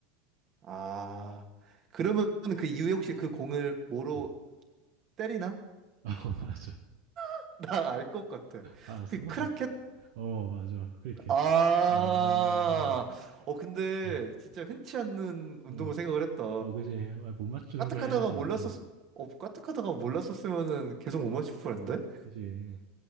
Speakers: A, on the right; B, on the right.
A: 아, 그러면 그 이후에 혹시 그 공을 뭐로
B: 어. <laughs>
A: 때리나?
B: 어 맞아.
A: <laughs> 나 알 것 같아.
B: 알았어.
A: 혹시 크라켓?
B: 어 맞아. 크리켓.
A: 아,
B: 어. 어.
A: 어, 근데
B: 어.
A: 진짜 흔치 않는 운동을
B: 음.
A: 생각을 했다.
B: 어 그지. 아, 못 맞추는
A: 까딱하다가
B: 걸 해야지.
A: 몰랐었,
B: 어.
A: 어, 까딱하다가 몰랐었으면은
B: 어,
A: 계속 못 맞출 뻔했는데?
B: 그지.